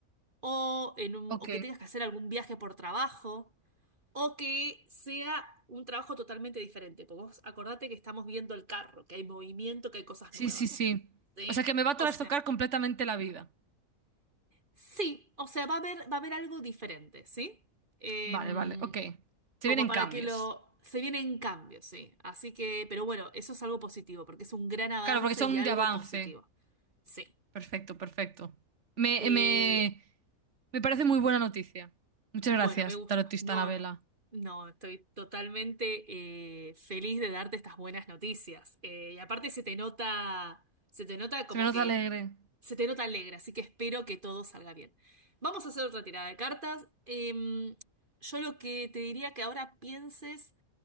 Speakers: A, on the right; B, on the right.
A: o, en un-
B: Ok.
A: o que tengas que hacer algún viaje por trabajo. o que sea un trabajo totalmente diferente. Porque vos acordate que estamos viendo el carro, que hay movimiento, que hay cosas
B: Sí,
A: nuevas.
B: sí, sí.
A: ¿Sí?
B: O sea, que me va a
A: O
B: trastocar
A: sea,
B: completamente la vida.
A: sí, o sea, va a haber, va a haber algo diferente, ¿sí? Em,
B: Vale, vale, ok. Se
A: como
B: vienen
A: para
B: cambios.
A: que lo... Se vienen cambios, sí. Así que, pero bueno, eso es algo positivo, porque es un gran avance
B: Claro, porque son
A: y algo
B: de avance.
A: positivo. Sí.
B: Perfecto, perfecto. Me,
A: Eh,
B: me, me parece muy buena noticia. Muchas
A: Bueno,
B: gracias,
A: me gusta.
B: tarotista
A: No,
B: Anabela.
A: no, no, estoy totalmente eh, feliz de darte estas buenas noticias. Eh, y aparte se te nota, se te nota como
B: Se me nota
A: que
B: alegre.
A: se te nota alegre, así que espero que todo salga bien. Vamos a hacer otra tirada de cartas. Em, yo lo que te diría que ahora pienses